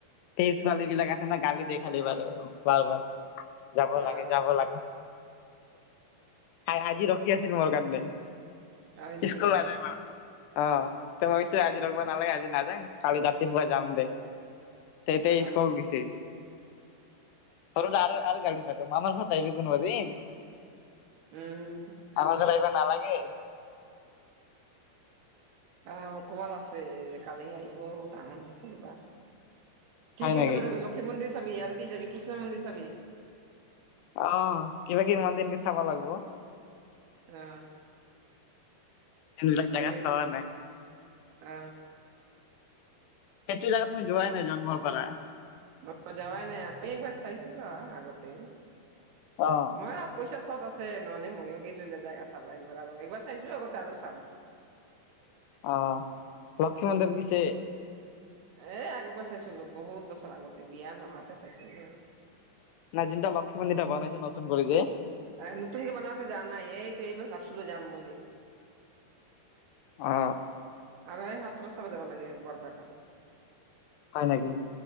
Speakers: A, on the left; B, on the right.
A: পেহী ছোৱালী বিলাক আছে ন গালি দিয়ে খালি বাৰু বাৰু ভাল ভাল যাব লাগে
B: অ
A: যাব লাগে আ আজি ৰখি আছিল মোৰ কাৰণে
B: হয় নেকি
A: স্কুল নাযাই মানে অ ত ভাবিছো আজি লগিব নালাগে আজি নাযাঙ কালি ৰাতিপুৱা যাম দে তেতে
B: অ
A: স্কুল গৈছে সৰু দা আৰু আৰু গালি পাৰে মানৰ ঘৰত আহি যাব নোৱাৰিন।
B: উম
A: আমাৰ ঘৰত আহিবৰ নালাগে
B: আহ অকমান আছে কালি আহিব টাউন ফুৰবা কি
A: হয়
B: কি
A: নেকি?
B: চাব যাবি লক্ষ্মী মন্দিৰ চাবি আৰু কি যাবি কৃষ্ণ মন্দিৰ চাবি
A: অ কিবা কিবি মন্দিৰ এনেকে চাব লাগিব
B: অ
A: যোনবিলাক
B: ভালে
A: জেগা
B: হৈছে
A: চাৱা নাই
B: অ
A: সেইটো জোগাত মই যোৱাই নাই জন্মৰ পাৰা
B: ম যোৱাই নাই, আমি একবাৰ চাইছো ৰোৱা আগতে
A: অ
B: মইয়ো পইচা চট আছে নহ'লে ময়ো গেলো হলে জাগা চাব একৰাৰ আৰু এইবাৰ চাইছো আগতে আৰু চাম
A: অ লক্ষ্মী মন্দিৰ গৈছে
B: এ আগেবাৰ চাইছিলো বহুত বছৰ আগতে বিয়া নহাতে চাইছিলো
A: নাই যোনটা লক্ষ্মী মন্দিৰটা বনাইছে নতুন কৰি যে
B: এ নতুনকে বনাবো যা নাই এইটো এইবোৰ ভাবছিলো যাম বুলি
A: অ
B: আৰু সেই সত্ৰ চবে যাবা লাগে বৰপেটা
A: হয় নেকি